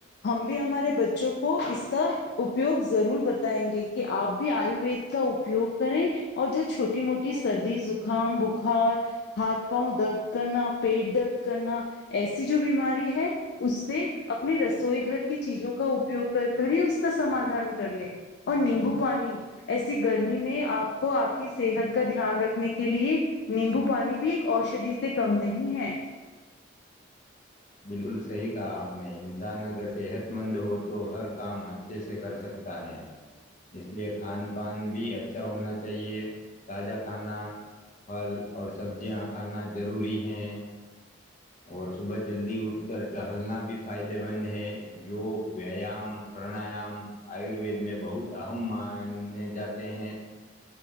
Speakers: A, on the left (about 60°); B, on the left (about 40°).
A: ہم بھی ہمارے بچوں کو اس کا اپیوگ ضرور بتائیں گے کہ آپ بھی آیوروید کا اپیوگ کریں اور جو چھوٹی موٹی سردی زکام بخار ہاتھ پاؤں درد کرنا پیٹ درد کرنا ایسی جو بیماری ہے اس سے اپنی رسوئی گھر کی چیزوں کا اپیوگ کر کر ہی اس کا سماادھان کر لیں اور نیمبو پانی ایسی گرمی میں آپ کو آپ کی صحت کا دھیان رکھنے کے لیے نیمبو پانی بھی ایک اوشدھی سے کم نہیں ہے
B: بالکل صحیح کہا آپ نے انسان اگر صحت مند ہو تو ہر کام اچھے سے کر سکتا ہے اس لیے کھان پان بھی اچھا ہونا چاہیے تازہ کھانا پھل اور سبزیاں کھانا ضروری ہیں اور صبح جلدی اٹھ کر ٹہلنا بھی فائدے مند ہے یوگ ویایام پرانایام آیوروید میں بہت ہم ماننے جاتے ہیں